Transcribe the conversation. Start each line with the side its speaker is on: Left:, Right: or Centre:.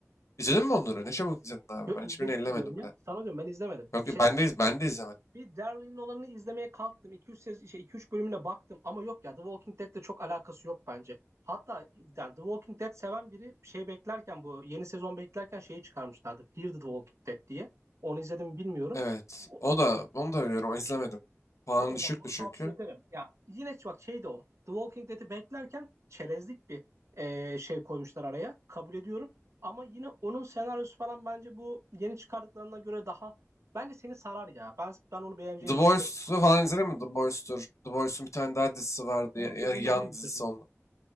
Left: İzledin mi onları? Ne çabuk izledin abi.
Right: Yok
Left: Ben hiçbirini
Right: izledin
Left: ellemedim
Right: mi diyorum
Left: bile.
Right: ya. Sana diyorum ben izlemedim.
Left: Yok
Right: Şey
Left: ben de, iz- ben de izlemedim.
Right: Bir Daryl'in olanını izlemeye kalktım. iki üç sez- şey 2-3 bölümüne baktım ama yok ya The Walking Dead'le çok alakası yok bence. Hatta yani The Walking Dead seven biri şey beklerken bu yeni sezon beklerken şeyi çıkarmışlardı. Fear the Walking Dead diye. Onu izledim mi bilmiyorum.
Left: Evet.
Right: O,
Left: O da onu da biliyorum. İzlemedim. Puanı
Right: o, o
Left: düşüktü
Right: bak onu
Left: çünkü.
Right: tavsiye ederim. Ya yine bak şey de o. The Walking Dead'i beklerken çerezlik bir eee, şey koymuşlar araya. Kabul ediyorum. Ama yine onun senaryosu falan bence bu yeni çıkardıklarına göre daha bence seni sarar ya. Ben ben onu beğeneceğini
Left: The
Right: düşünüyorum.
Left: Boys'u falan izledin mi? The Boys'tur. The Boys'un bir tane daha dizisi vardı.
Right: Son
Left: ya-
Right: sezonu
Left: ya Yan
Right: dün bitirdim.
Left: dizisi onu.